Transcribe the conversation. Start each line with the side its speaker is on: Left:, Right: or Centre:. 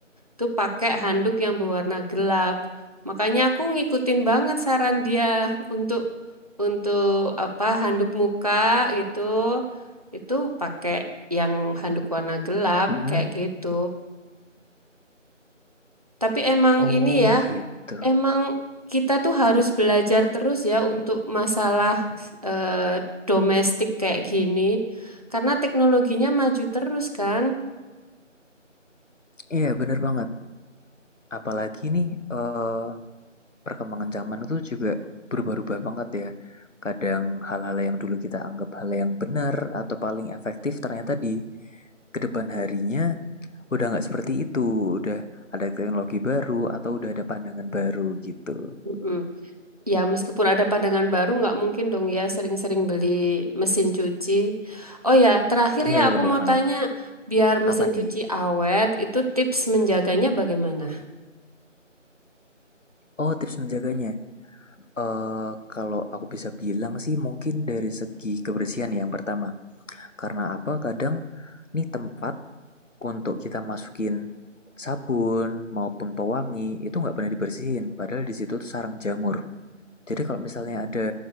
Right: tuh pakai handuk yang berwarna gelap. Makanya aku ngikutin banget saran dia untuk untuk apa handuk muka gitu, itu pakai yang handuk warna gelap
Left: Mm-mm.
Right: kayak gitu. Tapi emang
Left: Oh
Right: ini ya,
Left: gitu.
Right: Emang kita tuh harus belajar terus ya untuk masalah eh, domestik kayak gini, karena teknologinya maju terus kan.
Left: Iya, bener banget. Apalagi nih, eee, perkembangan zaman itu juga berubah-ubah banget ya. Kadang hal-hal yang dulu kita anggap hal yang benar atau paling efektif ternyata di kedepan harinya udah nggak seperti itu, udah ada teknologi baru atau udah ada pandangan baru gitu.
Right: Mm-mm. Ya meskipun ada pandangan baru, nggak mungkin dong ya sering-sering beli mesin cuci. Oh ya, terakhir
Left: Iya
Right: ya aku
Left: bener
Right: mau
Left: banget.
Right: tanya, biar mesin
Left: Apa nih?
Right: cuci awet, itu tips menjaganya bagaimana?
Left: Oh tips menjaganya, eee, kalau aku bisa bilang sih mungkin dari segi kebersihan yang pertama. Karena apa? Kadang nih tempat untuk kita masukin sabun maupun pewangi itu nggak pernah dibersihin. Padahal di situ tuh sarang jamur. Jadi kalau misalnya ada